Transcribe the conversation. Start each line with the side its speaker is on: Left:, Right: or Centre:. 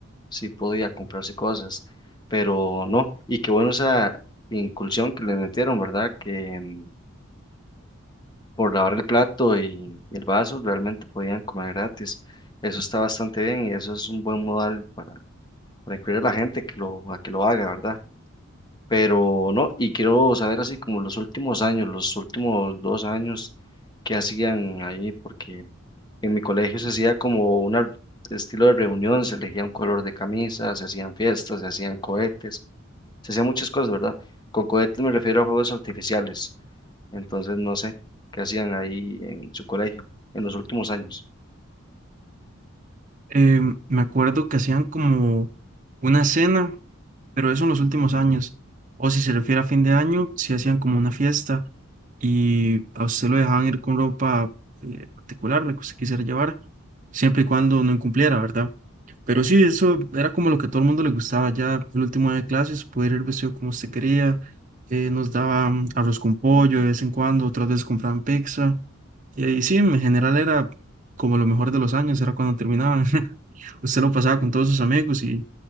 Left: sí podía comprarse cosas, pero no. Y qué bueno esa incursión que le metieron, ¿verdad? Que mm, por lavar el plato y el vaso realmente podían comer gratis. Eso está bastante bien y eso es un buen modal para, para incluir a la gente que lo, a que lo haga, ¿verdad? Pero no, y quiero saber así como los últimos años, los últimos dos años que hacían ahí, porque... En mi colegio se hacía como un estilo de reunión, se elegía un color de camisa, se hacían fiestas, se hacían cohetes, se hacían muchas cosas, ¿verdad? Con cohetes me refiero a juegos artificiales, entonces no sé qué hacían ahí en su colegio en los últimos años.
Right: Eh, me acuerdo que hacían como una cena, pero eso en los últimos años. O si se refiere a fin de año, sí hacían como una fiesta y a usted lo dejaban ir con ropa eh, particular, la que usted quisiera llevar, siempre y cuando no incumpliera, ¿verdad? Pero sí, eso era como lo que a todo el mundo le gustaba ya el último día de clases, poder ir vestido como usted quería, eh, nos daban arroz con pollo de vez en cuando, otras veces compraban pizza, y ahí sí, en general era como lo mejor de los años, era cuando terminaban, <laughs> usted lo pasaba con todos sus amigos y